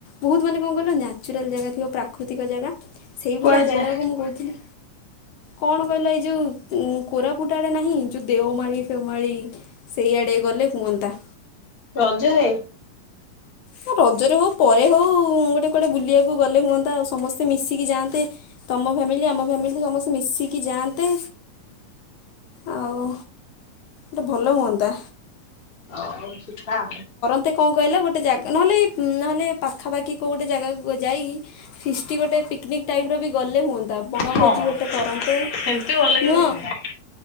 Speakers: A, on the left (about 70°); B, on the left (about 20°).
A: ବହୁତ ମାନେ କଣ କହିଲ ନ୍ୟାଚୁରାଲ ଜାଗା ଥିବ ପ୍ରାକୃତିକ ଜାଗା। ସେଇ
B: କୁଆଡେ
A: ଭଳିଆ
B: ଯିବା
A: ଜାଗାକୁ ମୁଁ କହୁଥିଲି କଣ କହିଲ ଏଇ ଯୋଉ ଉଁ କୋରାପୁଟ ଆଡ଼େ ନାହିଁ ଯୋଉ ଦେଓମାଳି ଫେଓମାଳି ସେଇଆଡ଼େ ଗଲେ ହୁଅନ୍ତା।
B: ରଜରେ?
A: ହଁ ରଜରେ ହଉ ପରେ ହଉ ଗୋଟେ କୁଆଡେ ବୁଲିଆକୁ ଗଲେ ହୁଅନ୍ତା ଆଉ ସମସ୍ତେ ମିଶିକି ଯାଆନ୍ତେ। ତମ ଫ୍ୟାମିଲି ଆମ ଫ୍ୟାମିଲି ସମସ୍ତେ ମିଶିକି ଯାଆନ୍ତେ। ଆଉ ଗୋଟେ ଭଲ ହୁଅନ୍ତା।
B: ହଉ ଯିବା।
A: ତେ କଣ କହିଲେ ଗୋଟେ ଜା ନହେଲେ ଏଇ ଉଁ ନହେଲେ ପାଖାପାଖି କୋଉ ଗୋଟେ ଜାଗାକୁ ଯାଇକି ଫିଷ୍ଟି ଗୋଟେ ପିକନିକ୍ ଟାଇପ ର ବି ଗଲେ ହୁଅନ୍ତା ବଣଭୋଜି
B: ହଁ
A: ଗୋଟେ କରନ୍ତେ
B: ସେମିତି ଗଲେ କେବେ
A: ନୁହଁ।
B: ହୁଅନ୍ତା।